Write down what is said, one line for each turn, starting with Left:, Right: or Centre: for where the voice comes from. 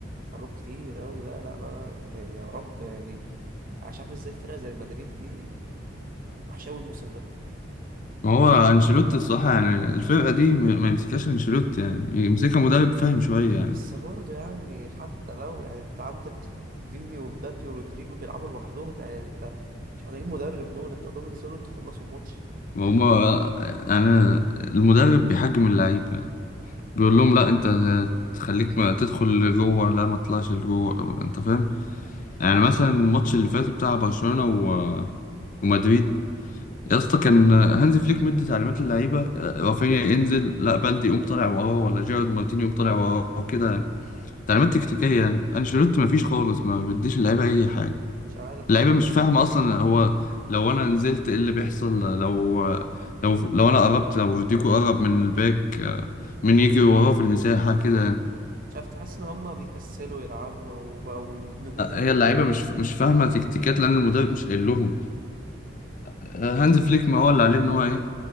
Right: طلب كتير قوي لا لا لا لا يعني يا رب يعني مش عارف ازاي فرقه زي مدريد دي وحشه قوي الموسم ده
Left: ما هو انشيلوتي الصراحة يعني الفرقة دي م- ما يمسكهاش انشيلوتي يعني يمسكها مدرب فاهم شوية يعني
Right: بس برضه يعني حتى لو يعني انت عندك فيني ومبابي ورودريجو بيلعبوا لوحدهم يعني انت مش محتاجين مدرب دول انت قول لهم انزلوا انتوا خلصوا الماتش
Left: وهما أنا المدرب بيحجم اللعيبة بيقول لهم لا أنت تخليك ما تدخل لجوه لا ما تطلعش لجوه أنت فاهم يعني مثلا الماتش اللي فات بتاع برشلونة و... ومدريد يا اسطى كان هانزي فليك مدي تعليمات للعيبة رافينيا انزل لا بلدي يقوم طالع وراه ولا جيرارد مارتيني يقوم طالع وراه كده يعني تعليمات تكتيكية يعني انشيلوتي ما فيش خالص ما بيديش اللعيبة أي حاجة
Right: مش عارف بقى
Left: اللعيبه مش فاهمه اصلا هو لو انا نزلت ايه اللي بيحصل لو لو لو انا قربت لو روديجو قرب من الباك آه، مين يجري وراه في المساحه كده يعني
Right: مش عارف تحس ان هما بيكسلوا يلعبوا او بقوا نجوم
Left: آه، هي اللعيبه مش مش فاهمه تكتيكات لان المدرب مش قايل لهم آه، هانز فليك ما هو اللي عليه ان هو ايه